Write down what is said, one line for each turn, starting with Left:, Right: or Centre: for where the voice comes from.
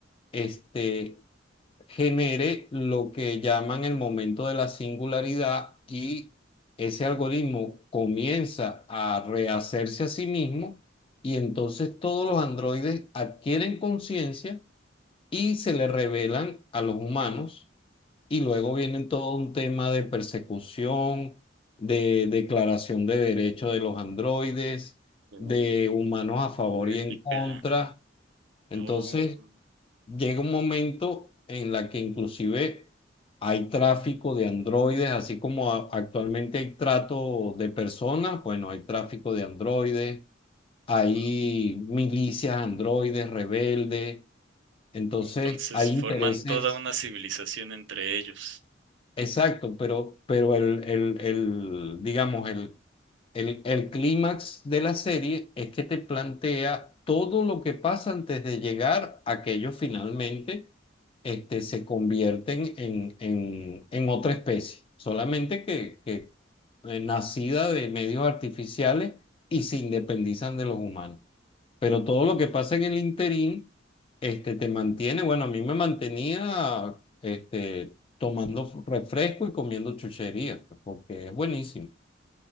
Left: este, genere lo que llaman el momento de la singularidad y ese algoritmo comienza a rehacerse a sí mismo y entonces todos los androides adquieren conciencia y se le revelan a los humanos y luego vienen todo un tema de persecución, de declaración de derechos de los androides,
Right: eh,
Left: de humanos a favor y
Right: ética.
Left: en contra. Entonces,
Right: Oh,
Left: llega un momento en la que inclusive hay tráfico de androides, así como a- actualmente hay trato de personas, bueno, hay tráfico de androides, hay
Right: wow.
Left: milicias androides, rebeldes, entonces
Right: Entonces
Left: hay
Right: forman
Left: intereses
Right: toda una civilización entre ellos.
Left: Exacto, pero, pero el, el- el, digamos, el, el, el clímax de la serie es que te plantea todo lo que pasa antes de llegar a que ellos finalmente este, se convierten en, en- en otra especie, solamente que, que, eh, nacida de medios artificiales y se independizan de los humanos pero todo lo que pasa en el interín, este, te mantiene, bueno, a mí me mantenía, este, tomando refresco y comiendo chuchería, pues, porque es buenísimo.